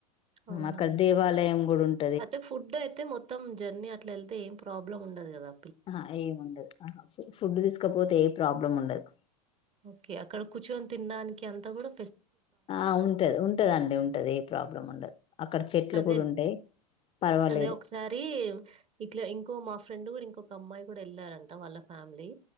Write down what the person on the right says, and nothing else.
అవునా!
అయితే ఫుడ్ అయితే మొత్తం జర్నీ అట్లా వెళ్తే ఏం ప్రాబ్లం ఉండదు ద
ఓకే అక్కడ కూర్చుని తినడానికి అంత అంత కూడా
అదే
అదే ఒకసారి ఇట్లా ఇంకో మా ఫ్రెండ్ కూడా ఇంకొ ఒక అమ్మాయి కూడా వెళ్ళారంట వాళ్ళకి ఫ్యామిలీ